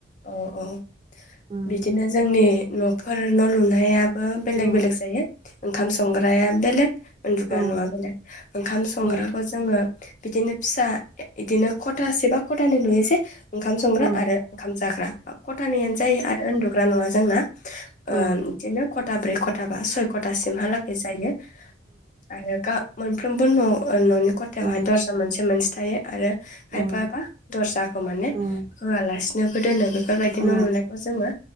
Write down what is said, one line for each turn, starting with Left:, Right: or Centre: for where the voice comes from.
Left: औ औ
Right: उम
Left: बिदिनो जोंनि न'फोर न' लुनाया बो बेलेग
Right: औ
Left: बेलेग जायो। ओंखाम संग्राया बेलेग उन्दुग्रा
Right: औ
Left: न'आ बेलेग ओंखाम संग्राखौ
Right: औ
Left: जोङो बिदिनो फिसा एदिनो ख'थासे बा ख'थानै लुयो जे ओंखाम संग्रा
Right: औ
Left: आरो ओंखाम जाग्रा। बा खथ थानैआनो जायो आरो उन्दु ग्रा न'आ जोंना
Right: औ
Left: ओ बिदिनो खथा ब्रै खथा बा सय खथासिमहालागै जायो आरो गा मोनफ्रोमबो न' न'नि खथायावहाय
Right: औ
Left: दरजा मोनसे मोनसे थायो। आरो खायफाबा
Right: औ
Left: दर्जाखौ माने
Right: ओं
Left: होआलासिनोबो दोनो बेफोरबायदि
Right: औ
Left: न' लुनायखौ जोङो